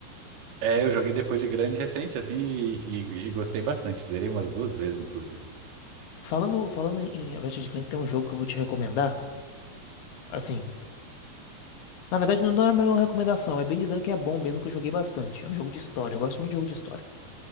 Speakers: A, on the right; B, on the left.
A: É, eu joguei depois de grande, recente, assim, e, e- e gostei bastante. Zerei umas duas vezes, inclusive.
B: Falando, falando em Ratchet Clank, tem um jogo que eu vou te recomendar. Assim, na verdade não não é uma recomendação, é bem dizendo que é bom mesmo que eu joguei bastante. É um jogo de história, eu gosto muito de jogo de história.